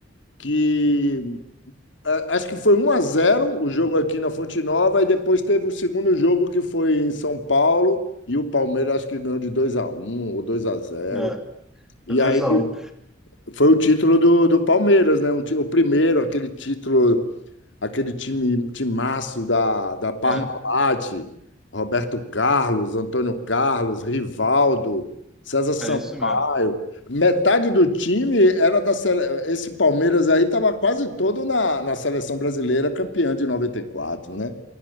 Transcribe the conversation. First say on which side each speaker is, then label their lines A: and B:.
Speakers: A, on the left (about 70°); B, in the centre.
A: que eh, acho que foi 1 a 0 o jogo aqui na Fonte Nova e depois teve o segundo jogo que foi em São Paulo e o Palmeiras acho que ganhou de 2 a 1 ou 2 a 0.
B: é,
A: E
B: é 2x1.
A: aí foi o título do, do Palmeiras, né? Um ti- O primeiro, aquele título aquele time, timaço da, da Parmalat,
B: É,
A: Roberto Carlos, Antônio Carlos, Rivaldo, César Sampaio.
B: é isso mesmo.
A: Metade do time era da sele... Esse Palmeiras aí estava quase todo na, na seleção brasileira, campeã de noventa e quatro né?